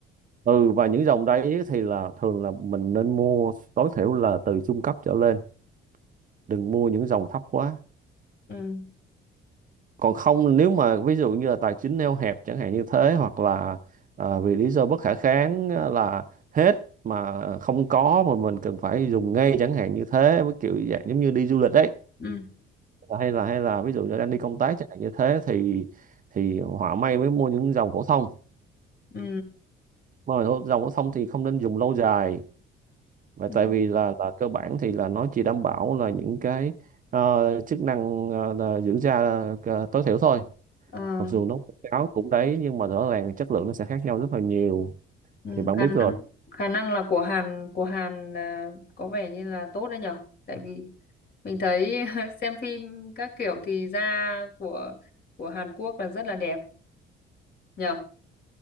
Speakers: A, on the right (about 40°); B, on the left (about 50°).
A: ừ và những dòng đấy thì là thường là mình nên mua tối thiểu là từ trung cấp trở lên đừng mua những dòng thấp quá
B: ừ
A: còn không nếu mà ví dụ như là tài chính eo hẹp chẳng hạn như thế hoặc là à, vì lý do bất khả kháng à, là hết mà không có mà mình cần phải dùng ngay chẳng hạn như thế với kiểu dạng giống như đi du lịch đấy
B: ừ
A: hay là hay là ví dụ như đang đi công tác chẳng hạn như thế thì thì họa may mới mua những dòng phổ thông
B: ừ,
A: mà dòng phổ thông thì không nên dùng lâu dài và
B: ừ.
A: tại vì là là cơ bản thì là nó chỉ đảm bảo là những cái ờ, chức năng ờ, là giữ da ờ, tối thiểu thôi
B: ờ
A: mặc dù nấu cháo cũng đấy nhưng mà rõ ràng chất lượng nó sẽ khác nhau rất là nhiều
B: Ừ,
A: thì bạn
B: khả
A: biết
B: năng
A: rồi
B: khả năng là của Hàn của Hàn là có vẻ như là tốt đấy nhở tại vì mình thấy <laughs> xem phim các kiểu thì da của của Hàn Quốc là rất là đẹp nhở